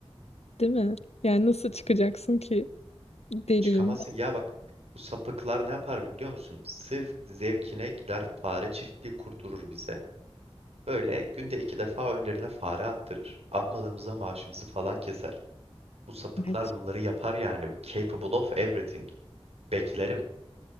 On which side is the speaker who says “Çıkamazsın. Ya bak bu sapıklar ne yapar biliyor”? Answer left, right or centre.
Right